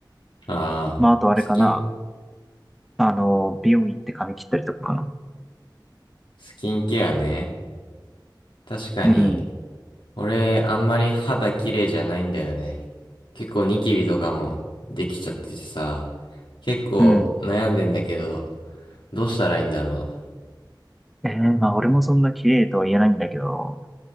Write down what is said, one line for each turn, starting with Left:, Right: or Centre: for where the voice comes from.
Left: ああ、
Centre: まあ、あとあれかな。
Left: スキン、
Centre: あの、美容院行って髪切ったりとかかな。
Left: スキンケアね。確かに、
Centre: うん。
Left: 俺あんまり肌綺麗じゃないんだよね。結構ニキビとかもできちゃっててさ、結構悩んでんだけど、
Centre: うん。
Left: どうしたらいいんだろ
Centre: えー、まあ、俺もそんな綺麗とは言えないんだけど、